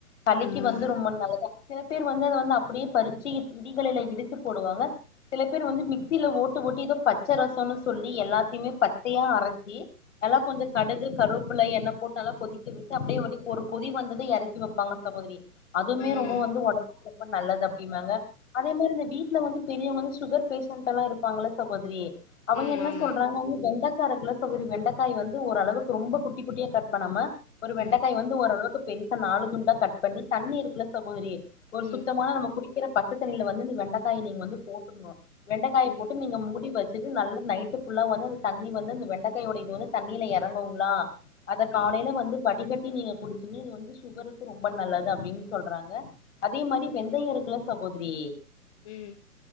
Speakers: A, on the left (about 50°); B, on the left (about 20°).
A: சளிக்கு
B: ம்
A: வந்து ரொம்ப நல்லது சில பேர் வந்து அத வந்து அப்டியே. பரு. ச்சி இடிகல்ல இடிச்சு போடுவாங்க. சில பேர் வந்து மிக்சில ஓட்டு ஓட்டி ஏதோ பச்ச ரசோனு. சொல்லி எல்லாத்தையுமே பச்சையா அரச்சி எல்லா கொஞ்சோ கடுகு கருவேப்ல எண்ணெ போட்டு நல்லா கொதிக்க விட்டு. து அப்டே ஒரே ஒரு கொதி வந்தது எறக்கி வப்பாங்க சகோதிரி. அதுமே
B: ம்
A: ரொம்ப வந்து ஒடம்புக்கு ரொம்ப நல்லது அப். ங்க அதே மாரி இந்த வீட்ல வந்து பெரியவங்க வந்து சுகர் பேஷன்ட் எல்லாம் இருப்பாங்கள சகோதிரி. அவங்க
B: ம்
A: என்ன
B: ஆமா
A: சொல்றாங்கன்னு வெண்டா கேரட் இல்ல சகோதிரி வெண்டக்காய் வந்து ஓரளவுக்கு ரொம்ப குட்டி குட்டியா கட் பண்ணாம. ஒரு வெண்டக்காய்
B: ம்
A: வந்து ஓரளவுக்கு. பெருசா நாலு துண்டா கட் பண்ணி தண்ணீ இருக்குல. சகோதரி ஒரு
B: ம்
A: சுத்தமான நம்ம குடி கிற பச்ச தண்ணியில வந்து இந்த வெண்டைக்காய் நீங்க வந்து போட்ருனும். வெண்டைக்காய
B: ம்
A: போட்டு நீங்க மூடி வச் சிட்டு நல்லா நைட்டு புல்லா வந்து அந்த தண்ணி வந்து அந்த வெண்டைக்காயோட இது வந்து தண்ணியில எறங்குங்களா. அத காலையில
B: ம்
A: வந்து வடிகட் டி நீங்க குடிச்சிங்கனா இது வந்து சுகருக்கு ரொம்ப நல்லது அப்டின் சொல்றாங்க அதே மாரி வெந்தய இருக்குல. சகோதிரி
B: ம்